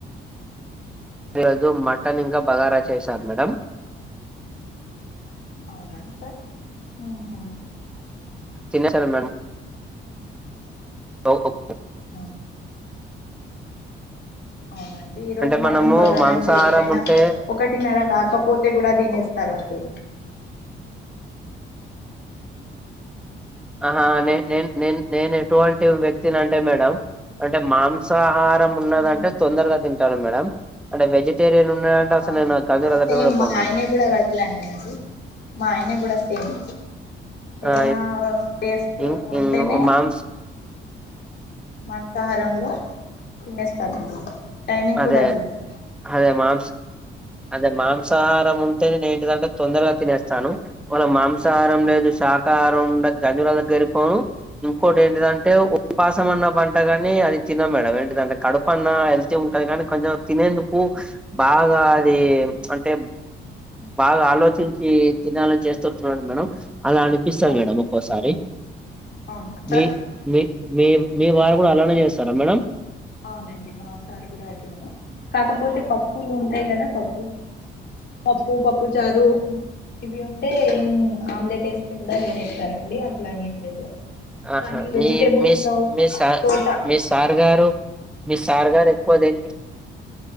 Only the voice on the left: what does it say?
అవునా సార్ మ్మ్ఉహ్మ్
అ అవునండి ఈ రోజు
మటన్
బగారా
అంటే ఎవరైనా
ఒకటిన్నర కాకపోతే కూడా తినేస్తారండి
ఉమ్
అవునండి
అ
సేమ్
మా ఆయన
కూడా అట్లనే అండి మా ఆయన కూడా సేమ్ ఏదైనా
టేస్ట్
ఉంటేనే
మాంసాహారంలో తినేస్తామండి టైమింగ్
కూడా చూడం
ఆ
అవును
అవునా సార్
అవునండి మాసారు కూడా అట్లనే కాకపోతే పప్పులు ఉంటాయి కదా పప్పు పప్పు పప్పు చారు ఇవి ఉంటే ఏం ఆమ్లెట్ వేస్తే కూడా తినేస్తారండి అట్లాని ఏం లేదు
కానీ వెజిటేబుల్స్
లో
తోట